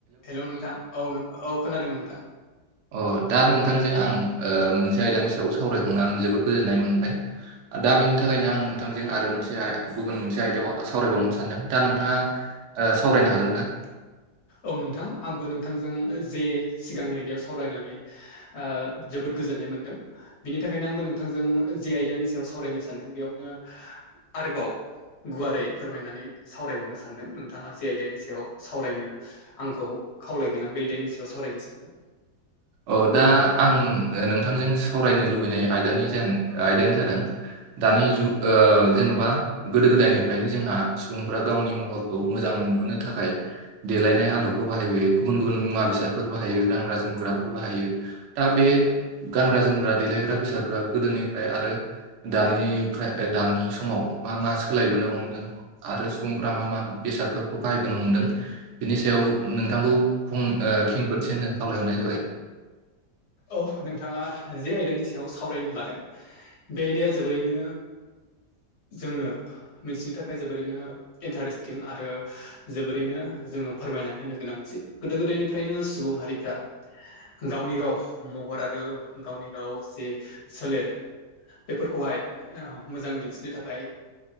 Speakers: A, on the left; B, on the right.
A: Hello नोंथां औ औ खोनादों नोंथां।
B: <inaudible> अ दा नोंथांजों आं ओ मोनसे आयदानि सायाव सावरायखांनानै आं जोबोद गोजोननाय मोनबाय। दा बिनि थाखायनो आं नोंथांजों आरो मोनसे गुबुन मोनसे आयदायाव सावरायबावनो सानदों। दा नोंथाङा ओ सावरायनो हागोन ना।
A: औ नोंथां आंबो नोंथांजों जे सिगांनि आयदायाव सावरायनानै। ओ जोबोद गोजोननाय मोन्दों। बिनि थाखायनो आंबो नोंथांजों जे आयदानि सायाव सावरायनो सानदों बेयावनो आरोबाव। गुवारै फोरमायनानै सावरायबावनो सानदों नोंथाङा जे आइदनि सायाव सावरायनो। आंखौ खावलायगोन आं बेदानि सायाव सावरायनो सानदों।
B: अ दा आं नोंथांजों सावरायनो लुबैनाय आयदानि आयदायानो जादों। दानि जुग ओ जेन'बा। गोदो गोदायनिफ्रायनो जोंहा सुबुंफ्रा गावनि महरखौ मोजां नुहोनो थाखाय। देलायनाय आदबखौ बाहायबोयो गुबुन गुबुन मुवा बेसादफोर बाहायो गानग्रा जोमग्राफोर। बाहायो दा बे गानग्रा जोमग्रा देलायग्रा बेसादफ्रा गोदोनिफ्राय आरो। दानिफ्राय खा दानि समाव मा मा सोलायबोनो हमदों। आरो सुबुंफ्रा मा मा बेसादफोरखौ बाहायबोनो हमदों। बिनि सायाव नोंथांखौ फं खेंफोदसिन खावलायहरनाय जाबाय।
A: औ नोंथाङा जे आयदानि सायाव सावरायनो लादों बे आयदाया जोबोरैनो। जोंनो मिथिनो थाखाय जोबोरैनो इन्टारेस्टिं आरो। जोबोरैनो जोङो फोरमायनानै होनो गोनांथि गोदो गोदायनिफ्रायनो सुबुं हारिफ्रा। गावनि गाव महर आरो गावनि गाव जे सोलेर। बेफोरखौहाय ओ मोजां दिन्थिनो थाखाय